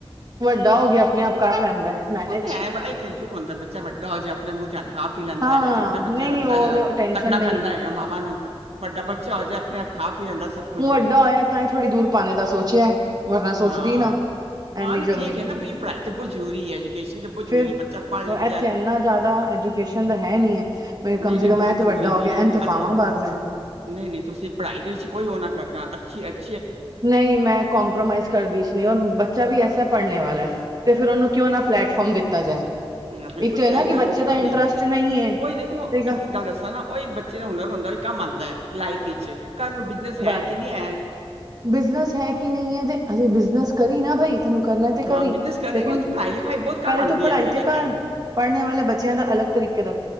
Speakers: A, on the right; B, on the right.
A: ਵੱਡਾ
B: ਚਲੋ।
A: ਹੋ ਗਿਆ ਆਪਣੇ ਆਪ ਕਰ ਲੈਂਦਾ ਮੈਨੇਜ
B: ਉਹ ਤੇ ਹੈਂ ਇ ਤੇ ਸੁਖ ਹੁੰਦਾ ਬੱਚਾ ਵੱਡਾ ਹੋ ਜਾੇ ਆਪਣੇ ਮੂੰਹ ਤੇਨ ਖਾ। ਪੀ ਲੈਂਦਾ
A: ਹਾਂ
B: ਹੈਗਾ ਛੋਟੇ ਬੱਚਿਆਂ
A: ਨਹੀਂ
B: ਦਾ
A: ਨਹੀਂ
B: ਹੁੰਦਾ
A: ਉਹ
B: ਜ
A: ਟੈਨਸ਼ਨ
B: ਤੱਕਣਾ
A: ਨਹੀਂ
B: ਪੈਂਦਾ
A: ਹੈ
B: ਹੈਗਾ ਮਾਵਾਂ ਨੂੰ ਵੱਡਾ ਬੱਚਾ ਹੋ ਜਾੇ ਆਪਣੇ ਆਪ ਖਾ ਪੀ ਲੈਂਦਾ। ਸਭ ਕੁਝ
A: ਹੁ ਵੱਡਾ ਹੋਇਆ ਤਾਂ ਹੀ ਥੋੜ੍ਹੀ ਦੂਰ ਪਾਉਣੇ ਦਾ ਸੋਚਿਆ ਵਰਨਾ ਸੋਚਦੀ
B: ਹਾਂ,
A: ਨਾ।
B: ਹਾਂ
A: ਇੰਨੀ
B: ਨਹੀਂ
A: ਜਲਦੀ
B: ਠੀਕ ਹੈ ਨਾ ਬ ਪੜ੍ਹਾਈ ਤੇ ਬਹੁਤ ਜ਼ਰੂਰੀ ਹੈ, ਐਜੂਕੇਸ਼ਨ ਤੇ ਬਹੁਤ ਜ਼ਰਰੀ
A: ਫਿਰ
B: ਬੱਚਾ ਪੜ੍ਹ ਲਿਖ
A: ਇੱਥੇ
B: ਜਾਏ।
A: ਇੰਨਾ ਜ਼ਿਆਦਾ ਐਜੂਕੇਸ਼ਨ ਦਾ ਹੈ ਨਹੀਂੀ ਹੈ। ਮੈਂ ਕਮ
B: ਨਹੀਂ
A: ਸੇ
B: ਨਹੀਂ
A: ਕਮ
B: ਬਹੁਤ
A: ਇਹ ਤੇ
B: ਜ਼ਰੂਰੀ
A: ਵੱਡਾ
B: ਹੈ,
A: ਹੋ
B: ਬਈਆ
A: ਗਿਆ ਇਹਨ ਤੇ
B: ਅੱਜ
A: ਪਾਵਾਂ
B: ਕੱਲ
A: ਬਾਹਰ ਮੈਂ
B: ਨਹੀਂ ਨਹੀਂ ਤੁਸੀਂ ਪੜ੍ਹਾਈ ਦੇ ਵਿੱਚ ਕੋਈ ਨਾ ਕਰਦਾ ਅੱਛੀ ਅੱਛੀ
A: ਨਹੀਂ ਮੈਂ ਕਮਪ੍ਰੋਮਾਈਜ਼ ਕਰਦੀ ਇਸ ਨਹੀਂ ਰ ਬੱਚਾ ਵੀ ਐਸਾ ਹੈ ਪੜ੍ਹਨ ਵਾਲਾ ਹੈ। ਤੇ ਫਿਰ ਉਹਨੂੰ ਕਿਉਂ ਨਾ ਪਲੈਟਫਾਰਮ ਦਿੱਤਾ ਜਾਏ।
B: ਹ ਬਿਲਕੁਲ
A: ਇੱਕ ਤਾਂ
B: ਸਹੀ
A: ਨਾ ਕਿ
B: ਗੱਲ
A: ਬੱਚੇ
B: ਹੈ, ਕਿਉਂ
A: ਦਾ
B: ਨੀ
A: ਇੰਟਰਸਟ ਨਹੀਂ ਹੈ
B: ਉਹੀ ਦੇਖੋ
A: ਤੇ
B: ਇੱਕ ਗੱਲ ਦੱਸਾਂ ਨਾ ਉਹੀ ਬੱਚੇ ਦਾ ਹੁਨਰ ਹੁੰਦਾ। ਕੰਮ ਆਉਦਾ ਲਾਈਫ ਵਿੱਚ। ਕੱਲ੍ਹ ਨੂੰ ਬਿਜ਼ਨਸ ਹੈ
A: ਬਸ
B: ਕਿ ਨਹੀਂ ਹੈ।
A: ਬਿਜਨਸ ਹੈ ਕਿ ਨਹੀਂ ਹੈ ਤੇ ਹਜੇ ਬਿਜਨਸ ਕਰੀ ਨਾ ਭਾਈ। ਤਨੂੰ ਕਰਨਾ ਤੇ ਕਰੀ
B: ਹਾਂ ਬਿਜ਼ਨਸ ਕਰੇਗਾ
A: ਲੇਕਿਨ
B: ਉਹ 'ਚ ਪੜ੍ਹਾਈ-ਲਿਖਾਈ ਬਹੁਤ ਕੰਮ
A: ਪਹਿਲੇ
B: ਆਂਦੀ
A: ਤੂੰ ਪੜ੍ਹਾਈ
B: ਹੈ ਅੱਗੇ
A: ਤੇ
B: ਜਾ
A: ਕਰ
B: ਕੇ।
A: ਪੜ੍ਹਨੇ ਵਾਲੇ ਬੱਚਿਆਂ ਦਾ ਅਲੱਗ ਤਰੀਕਾ।